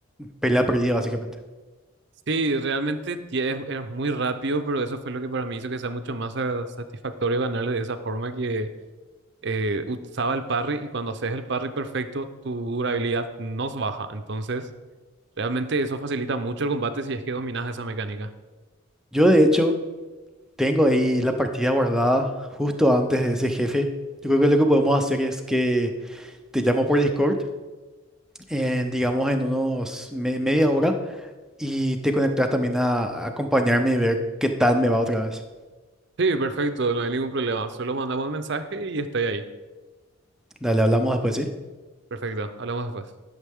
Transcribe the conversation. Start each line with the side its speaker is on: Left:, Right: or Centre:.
Centre: pelea perdida básicamente.
Right: Sí, realmente tie- es, es muy rápido, pero eso fue lo que para mí hizo que sea mucho más sa- satisfactorio ganarle de esa forma que eh, usaba el parry y cuando haces el parry perfecto, tu durabilidad no se baja. Entonces, realmente eso facilita mucho el combate si es que dominas esa mecánica.
Centre: Yo de hecho tengo ahí la partida guardada justo antes de ese jefe. Yo creo que lo que podemos hacer es que te llamo por Discord, en, digamos en unos me- media hora, y te conectas también a, a acompañarme y ver qué tal me va otra vez.
Right: Sí, perfecto, no hay ningún problema. Solo mandamos un mensaje y estoy ahí.
Centre: Dale, hablamos después, ¿sí?
Right: Perfecto, hablamos después.